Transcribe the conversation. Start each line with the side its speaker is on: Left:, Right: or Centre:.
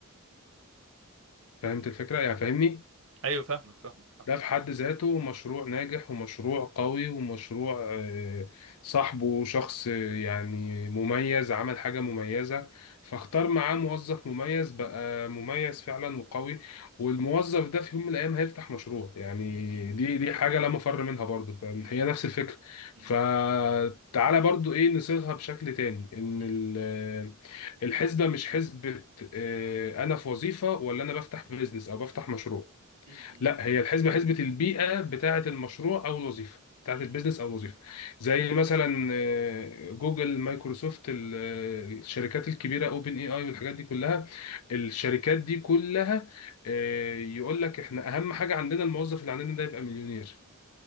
Left: فهمت الفكره يعني فاهمني
Right: ايوه فاهمك فاهمك
Left: ده في حد ذاته مشروع ناجح ومشروع قوي ومشروع آه، صاحبه شخص آه، يعني مميز عمل حاجة مميزة فاختار معاه موظف مميز بقى مميز فعلا وقوي والموظف ده في يوم من الأيام هيفتح مشروع يعني
Right: فاهمك
Left: دي دي حاجة لا مفر منها برضه فهي
Right: مم.
Left: نفس الفكرة
Right: مم.
Left: فتعالى برضه إيه نصيغها بشكل تاني إن
Right: مم.
Left: ال- آه، الحسبة مش حسبة آه، أنا في وظيفة ولا أنا بفتح بيزنس أو بفتح مشروع
Right: مم.
Left: لا هي الحسبه حسبه البيئه بتاعه المشروع او الوظيفه بتاعه
Right: مم.
Left: البيزنس او الوظيفه زي مثلا آه، جوجل مايكروسوفت ال- آه، الشركات الكبيره اوبن اي اي والحاجات دي كلها الشركات دي كلها آه، يقول لك احنا اهم حاجه عندنا الموظف اللي عندنا ده يبقى مليونير